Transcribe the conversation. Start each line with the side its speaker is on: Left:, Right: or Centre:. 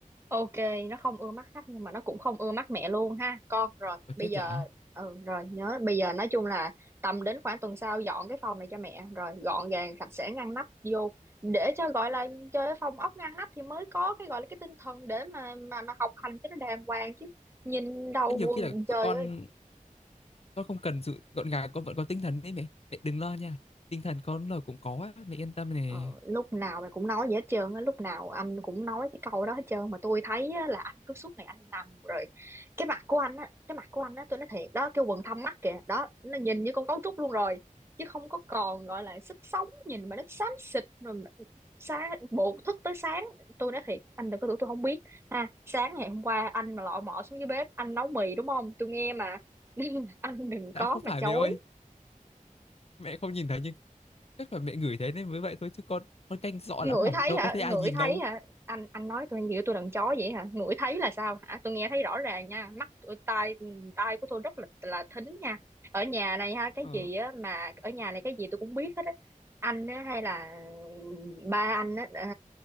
Right: Ok, nó không ưa mắt khách nhưng mà nó cũng không ưa mắt mẹ luôn ha con. Rồi,
Left: Ôi
Right: bây
Left: chết
Right: giờ
Left: dã.
Right: ừ rồi nhớ bây giờ nói chung là tầm đến khoảng tuần sau dọn cái phòng này cho mẹ rồi gọn gàng sạch sẽ ngăn nắp vô để cho gọi là chơi cái phòng ốc ngăn nắp thì mới có cái gọi là cái tinh thần để mà mà mà học hành cho nó đàng hoàng chứ nhìn đầu
Left: Rất
Right: quần
Left: nhiều khi là
Right: trời
Left: con
Right: ơi
Left: con không cần sự gọn gàng, con vẫn có tinh thần đấy mẹ. Mẹ đừng lo nha, tinh thần con là cũng có á, mẹ yên tâm nè.
Right: Ờ, lúc nào mày cũng nói vậy hết trơn á lúc nào anh cũng nói cái câu đó hết trơn mà tôi thấy á, là anh cứ suốt ngày anh nằm rồi cái mặt của anh á cái mặt của anh á tôi nói thiệt đó cái quầng thâm mắt kìa đó nó nhìn như con cấu trúc luôn rồi chứ không có còn gọi là sức sống nhìn mà nó xám xịt rồi mà- sáng bộ thức tới sáng tôi nói thiệt anh đừng có tưởng tôi không biết ha sáng ngày hôm qua anh mà lọ mọ xuống dưới bếp anh nấu mì đúng không tôi nghe mà <laughs> nên là anh đừng
Left: đã
Right: có
Left: không
Right: mà
Left: phải
Right: chối
Left: mẹ ơi, mẹ không nhìn thấy nhưng chắc là mẹ ngửi thấy nên mới vậy thôi chứ con con canh rõ
Right: ngửi
Left: lắm mà
Right: thấy
Left: đâu
Right: hả
Left: có thấy ai
Right: ngửi
Left: nhìn
Right: thấy
Left: đâu.
Right: hả anh anh nói tôi như tôi đàn chó vậy hả ngửi thấy là sao hả tôi nghe thấy rõ ràng nha mắt tôi tai tai của tôi rất là là thính nha ở nhà này ha cái
Left: Ờ.
Right: gì á mà ở nhà này cái gì tôi cũng biết hết á anh á hay là ba anh á ờ,